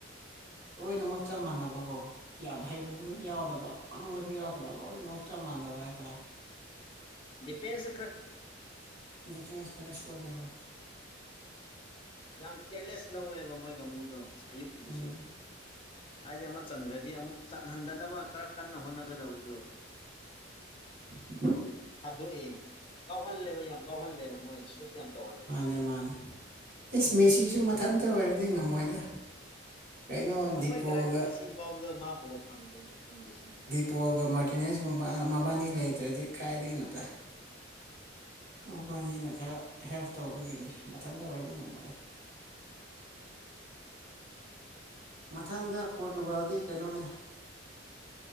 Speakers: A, on the right; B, on the left.
A: ꯂꯣꯏꯅꯃꯛ ꯆꯞ ꯃꯥꯟꯅꯕꯀꯣ ꯌꯥꯝ ꯍꯩꯕ
B: ꯎꯝ
A: ꯌꯥꯎꯗꯕ ꯄꯪꯕꯁꯨ ꯌꯥꯎꯗꯕ ꯂꯣꯏꯅꯃꯛ ꯆꯞ ꯃꯥꯟꯅꯕ ꯍꯥꯏꯇꯥꯔꯦ꯫
B: ꯗꯤꯐꯦꯁ
A: ꯗꯤꯐꯦꯟꯁ ꯈꯔ ꯁꯣꯜꯗ ꯍ
B: ꯌꯥꯝ ꯀꯦꯌꯔꯂꯦꯁ ꯂꯧꯋꯦꯕ ꯃꯣꯏꯒ ꯑꯃꯨꯗꯣ ꯑꯌꯨꯛꯀꯤꯗꯨꯁꯨ
A: ꯎꯝ
B: ꯍꯥꯏꯗꯤ ꯑꯃ ꯆꯟꯈ꯭ꯔꯗꯤ ꯑꯃꯨꯛ ꯆꯟꯍꯟꯗꯅꯕ ꯈꯔ ꯀꯟꯅ ꯍꯣꯠꯅꯒꯗꯕꯗꯨꯣ
A: ꯎ
B: ꯊꯥꯗꯣꯛꯑꯦꯃꯤ ꯀꯥꯎꯍꯜꯂꯦꯕ ꯌꯥꯝ ꯀꯥꯎꯍꯜꯂꯦꯕ ꯃꯣꯏꯦ ꯁꯨꯠ ꯌꯥꯝ ꯇꯧꯍꯜꯂꯦꯕ
A: ꯅꯦꯃꯥꯟꯅꯦ꯫ ꯑꯦꯁ ꯃꯦꯁꯤꯁꯨ ꯃꯊꯟꯇ ꯑꯣꯏꯔꯗꯤ ꯉꯝꯃꯣꯏꯗ ꯀꯩꯅꯣ
B: ꯉꯝꯃꯣꯏ
A: ꯗꯤꯄꯣꯒ
B: ꯀꯗꯥꯏꯗꯒꯤ ꯉꯁꯤ ꯐꯥꯎꯕꯗ ꯃꯥ ꯕꯣꯜ ꯐꯪꯗꯦꯅꯦ ꯐꯪꯗ꯭ꯔꯤꯁꯤꯅꯦ꯫
A: ꯄꯣꯜꯒ ꯃꯥꯔꯇꯤꯅꯦꯁꯀ ꯃꯕꯥꯅꯤ ꯂꯩꯇ꯭ꯔꯗꯤ ꯀꯗꯥꯥꯏꯗꯒꯤꯅꯣꯗ꯫ ꯃꯕꯥꯅꯤꯅ ꯈꯔ ꯍꯦꯜꯞ ꯇꯧꯕꯒꯤꯅꯤ ꯃꯊꯟꯇ ꯑꯣꯏꯔꯗꯤ ꯉꯝꯃꯣꯏꯌꯦ꯫ ꯃꯊꯪꯗ ꯄꯣꯔꯇꯨꯒꯥꯜꯗꯤ ꯀꯩꯅꯣꯅꯤ